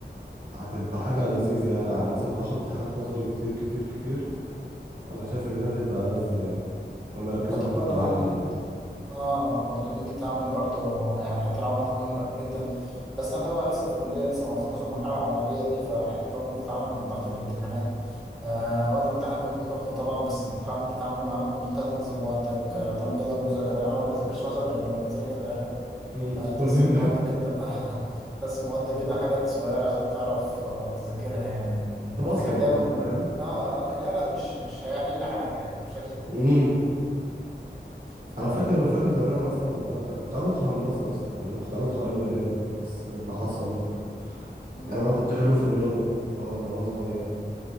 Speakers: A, on the right; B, in the centre.
A: هتبقى حاجه
B: مم.
A: لذيذه
B: مم.
A: يعني عن مثلا هاخد حاجات نظري كتير كتير كتير انا شايف ان ده هتبقى لذ يعني هم يركزوا
B: حتى
A: على
B: برضه
A: الحتة العمل يعني
B: اه برضو ان انت تعمل برضو مو- يعني حته العمل دي مهمه جدا بس احنا بقى لسه في الكليه لسه ما وصلناش للمرحله العمليه دي فحته برضو إن انت تتعامل مع ضغط الامتحانات آه وقت الامتحان بيكون ضغط طبعا بس تحاول انت تتعامل معاه ان انت تنظم وقتك آه تعمل جدول مذاكره يعني انا ما بذاكرش مثلا غير لما بتزنق في الاخر
A: مم،
B: آه تقسم
A: كلنا
B: مواد كده <laughs> تقسم مواد كده حاجات صغيره عشان تعرف آه تذاكرها يعني
A: <laughs> تبصمك
B: افتكر دايما
A: بقى فاهم
B: اه آه، القلم مش مش هيحل حاجه يعني بشكل
A: امم
B: ف...
A: انا فاكر فاكر زمان انا اصلا كنت عايز ادخل هندسه اصلا يعني انا كنت عايز ادخل علم رياضه
B: م-
A: بس اللي حصل بقى
B: م-
A: يعني انا كنت حلو في الرياضه وانا وانا صغير